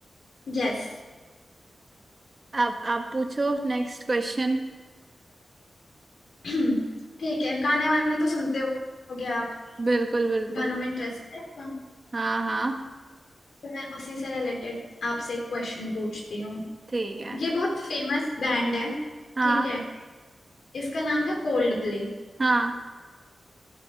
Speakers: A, on the left (about 75°); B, on the right (about 40°).
A: यस
B: अब आप पूछो नेक्स्ट क्वेश्चन
A: <clears throat> ठीक है गाने वाने तो सुनते होगे आप
B: बिल्कुल बिल्कुल
A: गानों में इंटरेस्ट है आपका
B: हाँ हाँ
A: तो मैं उसी से रिलेटेड आपसे एक क्वेश्चन पूछती हूँ
B: ठीक है
A: ये बहुत फेमस बैंड है
B: हाँ
A: ठीक है इसका नाम है कोल्ड प्ले
B: हाँ